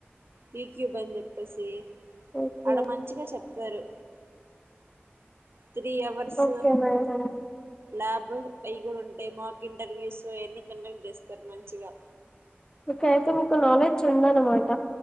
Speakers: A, on the right; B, on the left.
A: బిక్యూబ్ అని చెప్పేసి
B: ఓకే
A: అడ మంచిగా చెప్తారు three hours
B: okay madam
A: lab అయ్యి కూడా ఉంటే మాక్ ఇంటర్వ్యూస్ ఎన్ని కండక్ట్ చేస్తారు మంచిగా
B: ఓకే అయితే మీకు నాలెడ్జ్ ఉంద అనమాట